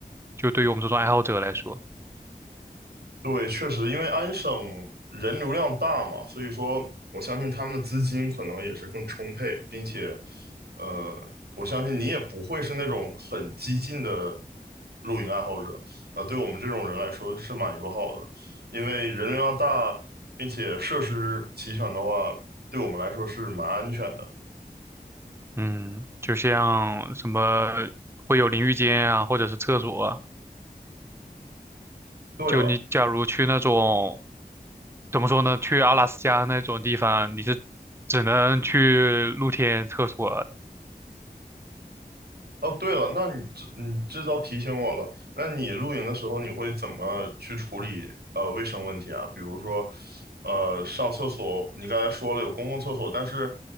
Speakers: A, on the right (about 15°); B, on the right (about 90°).
A: 就对于我们这种爱好者来说，
B: 对，确实，因为安省人流量大嘛，所以说我相信他们的资金可能也是更充沛，并且，呃，我相信你也不会是那种很激进的露营爱好者，啊、对我们这种人来说是蛮友好的，因为人流量大，并且设施齐全的话，对我们来说是蛮安全的。
A: 嗯，就像什么会有淋浴间啊，或者是厕所啊
B: 对了，
A: 就你假如去那种怎么说呢，去阿拉斯加那种地方，你是只能去露天厕所，
B: 哦，对了，那你这你这倒提醒我了。那你露营的时候，你会怎么去处理呃卫生问题啊？比如说，呃，上厕所，你刚才说了有公共厕所，但是